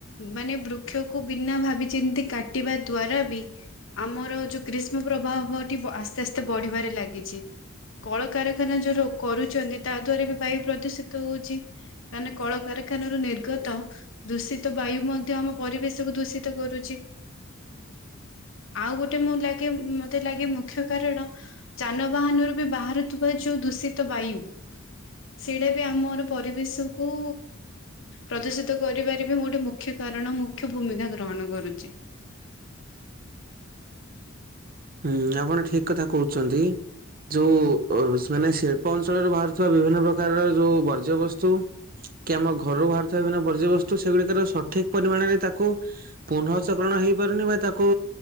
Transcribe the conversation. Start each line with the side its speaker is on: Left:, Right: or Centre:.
Left: ମାନେ ବୃକ୍ଷକୁ ବିନା ଭାବି ଚିନ୍ତିକି କାଟିବା ଦ୍ଵାରା ବି ଆମର ଯୋଉ ଗ୍ରୀଷ୍ମ ପ୍ରବାହ ହଉଥିବ ଆସ୍ତେ ଆସ୍ତେ ବଢିବାରେ ଲାଗିଛି। କଳକାରାରଖାନା ଯୋଉ ର କରୁଛନ୍ତି ତା ଦ୍ଵାରା ବି ବାୟୁ ପ୍ରଦୂଷିତ ହଉଛି। କାରଣ କଳକାରଖାନା ରୁ ନିର୍ଗତ ଦୂଷିତ ବାୟୁ ମଧ୍ୟ ଆମ ପରିବେଶକୁ ଦୂଷିତ କରୁଛି। ଆଉ ଗୋଟେ ମୁଁ ଲାଗେ, ମତେ ଲାଗେ ମୁଖ୍ୟ କାରଣ ଯାନବାହାନରୁ ବି ବାହାରୁଥିବା ଯୋଉ ଦୂଷିତ ବାୟୁ। ସେଇଟା ବି ଆମର ପରିବେଶ କୁ ପ୍ରଦୂଷିତ କରିବାର ବି ଗୋଟେ ମୁଖ୍ୟ କାରଣ, ମୁଖ୍ୟ ଭୂମିକା ଗ୍ରହଣ କରୁଛି।
Right: ହୁଁ ଆପଣ ଠିକ କଥା କହୁଛନ୍ତି। ଯୋଉ ମାନେ ଶିଳ୍ପ ଅଞ୍ଚଳରୁ ବାହାରୁଥିବା ବିଭିନ୍ନ ପ୍ରକାରର ଯୋଉ ବର୍ଜ୍ୟବସ୍ତୁ। କି ଆମ ଘରୁ ବାହାରୁଥିବା ବିଭିନ୍ନ ବର୍ଜ୍ୟ ବସ୍ତୁ ସେଗୁଡିକର ସଠିକ ପରିମାଣରେ ତାକୁ ପୁନଃଚକଣ ହେଇପାରୁନି ବା ତାକୁ